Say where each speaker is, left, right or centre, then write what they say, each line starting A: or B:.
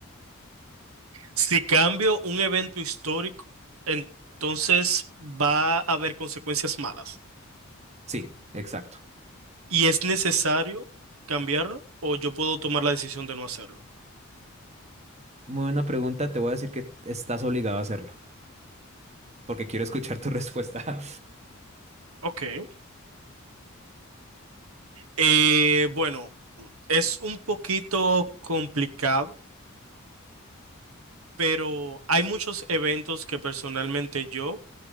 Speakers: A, on the right; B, on the right.
A: Si cambio un evento histórico, entonces va a haber consecuencias malas.
B: Sí, exacto.
A: ¿Y es necesario cambiarlo o yo puedo tomar la decisión de no hacerlo?
B: Muy buena pregunta, te voy a decir que estás obligado a hacerlo, porque quiero escuchar tu <laughs> respuesta.
A: Ok. Eh, bueno, es un poquito complicado, pero hay muchos eventos que personalmente yo